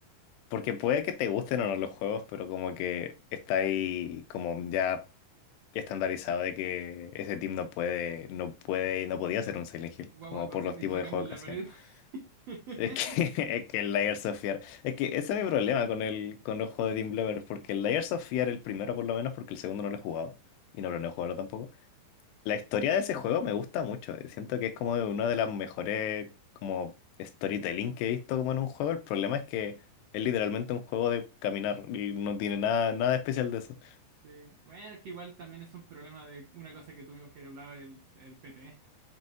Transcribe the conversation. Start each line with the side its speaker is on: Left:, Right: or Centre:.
Left: porque puede que te gusten o no los juegos, pero como que está ahí como ya estandarizado de que ese team no puede, no puede, no podía ser un Silent Hill,
Right: Guagua
Left: como
Right: corriendo
Left: por los tipos
Right: y chocando
Left: de juegos
Right: en la
Left: que hacían.
Right: pared. <laughs>
Left: Es que, <laughs> es que el Layers of Fear. Es que ese es mi problema con el con los juegos de Team Bloober, porque el Layers of Fear, el primero por lo menos, porque el segundo no lo he jugado. Y no planeo jugarlo tampoco. La historia de ese juego me gusta mucho. eh, Siento que es como una de las mejores como storytelling que he visto como en un juego. El problema es que es literalmente un juego de caminar y no tiene nada, nada especial de eso.
Right: Sí. Bueno, que igual también es un problema de una cosa que tuvimos que hablar el, el PT.